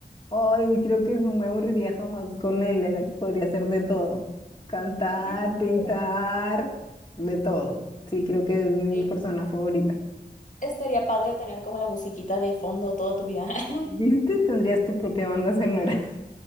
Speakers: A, on the left; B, on the left.
A: Ay, creo que no me aburriría jamás con él, era- podría hacer de todo. Cantar,
B: Sí, justo.
A: pintar, de todo. Sí, creo que es mi
B: Sí.
A: persona favorita.
B: Estaría padre tener como la musiquita de fondo toda tu vida. <laughs>
A: ¿Viste? Tendrías tu propia banda sonora.